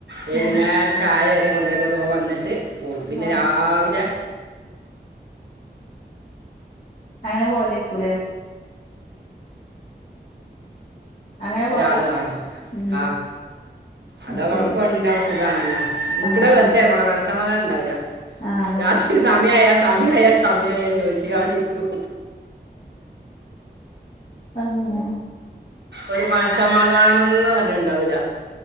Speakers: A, on the right; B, on the left.
A: വെയ്കുന്നേര
B: ഉം
A: ചായ വരെ കൊണ്ടോയി കൊടുത്ത് ഓൻ വന്നിട്ട് പോവും പിന്നെ
B: ആഹ്
A: രാവിലെ
B: അങ്ങനെ പോവലേയ്ക്കൂലേ? അങ്ങനെ പോവലാ?
A: ഒരാൾ കാണും
B: ഉം
A: ആ
B: അത്
A: അതാവുമ്പോ
B: ശരി
A: നമ്മക്ക് വണ്ടിണ്ടാവുമ്പോ സുഖാണല്ലോ നിക്ക്ണത്
B: ആഹ്
A: വെറുതെ
B: ആഹ്
A: നമ്മളെ മനസ്സമാധാനം ഇണ്ടാവൂല്ല
B: ആഹ് അതന്നെ
A: രാത്രി സമയായ സമയായ സമയായന്ന് ചോയ്ച്ച്കാണ്ടിരിക്കും
B: ആഹ് ഉം
A: ഒരു മനസ്സമാധാനന്ന് പറഞ്ഞത് ഇണ്ടാവൂല